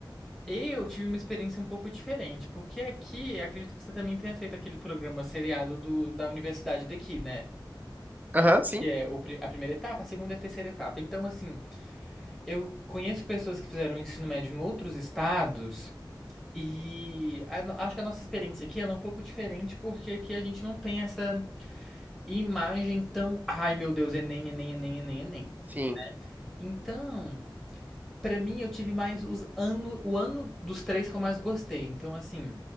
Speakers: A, in the centre; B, on the right.
A: Eu tive uma experiência um pouco diferente, porque aqui, acredito que você também tenha feito aquele programa seriado do, da universidade daqui, né?
B: Aham, sim.
A: Que é o pri- a primeira etapa, a segunda e a terceira etapa. Então, assim, eu conheço pessoas que fizeram ensino médio em outros estados e a no- acho que a nossa experiência aqui ela é um pouco diferente, porque aqui a gente não tem essa imagem tão, ai meu Deus, Enem, Enem, Enem, Enem, Enem.
B: Sim,
A: Então, Pra mim, eu tive mais os ano, o ano dos três que eu mais gostei. Então, assim,